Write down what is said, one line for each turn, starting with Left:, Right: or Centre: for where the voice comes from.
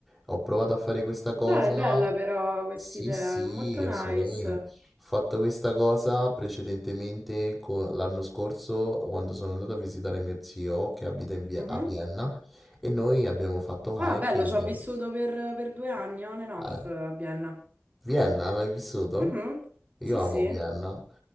Centre: Ho provato a fare questa cosa.
Right: Dai, bella però questa
Centre: Sì,
Right: idea,
Centre: sì,
Right: è molto
Centre: assolutamente.
Right: nice.
Centre: Ho fatto questa cosa precedentemente co- l'anno scorso quando sono andato a visitare mio zio che abita in via-
Right: Mhm.
Centre: a Vienna e noi abbiamo fatto hiking.
Right: Ah, bello, ci ho vissuto per, per due anni, on and off,
Centre: a
Right: a Vienna.
Centre: Vienna, l'hai vissuto?
Right: Mhm.
Centre: Io
Right: Sì,
Centre: amo
Right: sì.
Centre: Vienna.